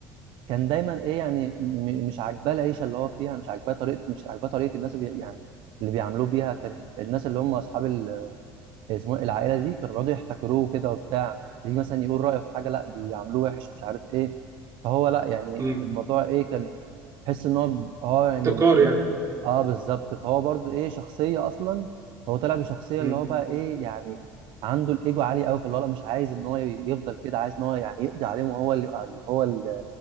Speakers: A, on the right; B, on the right.
A: كان دايما ايه يعني م... مش عاجباه العيشه اللي هو فيها مش عاجباه طريقه مش عاجباه طريقه الناس بي... يعني اللي بيعاملوه بيها كان الناس اللي هم اصحاب اسمه إيه، العائله دي كانوا بيقعدوا يحتكروه كده وبتاع يجي مثلا يقول رايه في حاجه لا بيعاملوه وحش مش عارف ايه فهو لا يعني
B: امم
A: الموضوع ايه كان حس ان هو اه يعني
B: ابتكار
A: مش
B: يعني
A: اه بالظبط فهو برضو ايه شخصيه اصلا هو طلع بشخصيه
B: امم
A: اللي هو بقى ايه يعني عنده الايجو عالي قوي فاللي هو لا مش عايز ان هو يفضل كده عايز ان هو يعني يقضي عليهم وهو اللي يبقى- هو اللي